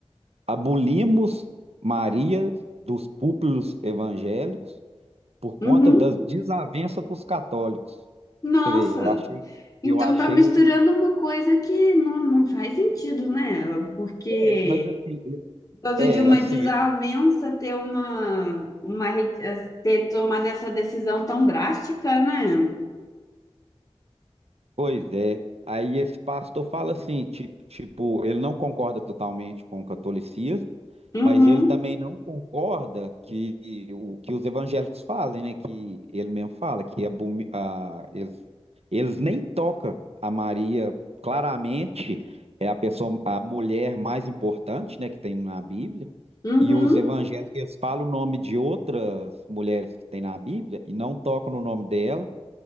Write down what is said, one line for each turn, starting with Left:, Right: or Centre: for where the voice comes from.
Right: abolimos Maria dos púlpitos evangélicos por conta
Left: uhum.
Right: das desavenças com os católicos.
Left: Nossa.
Right: Você vê, eu achei,
Left: Então
Right: eu achei
Left: tá misturando
Right: o.
Left: uma coisa que não, não faz sentido, né? Porque
Right: É, mas assim,
Left: todo
Right: É,
Left: dia uma
Right: assim,
Left: desavença ter uma, uma re- ter tomado essa decisão tão drástica, né?
Right: pois é. Aí esse pastor fala assim, ti- tipo, ele não concorda totalmente com o catolicismo,
Left: Uhum,
Right: mas ele também não concorda que o que os evangélicos fazem, né? Que ele mesmo fala que abomi- a- eles, eles nem tocam a Maria. Claramente é a pessoa, a mulher mais importante, né, que tem na Bíblia.
Left: uhum,
Right: E os evangélicos eles falam o nome de outras mulheres que tem na Bíblia e não tocam no nome dela.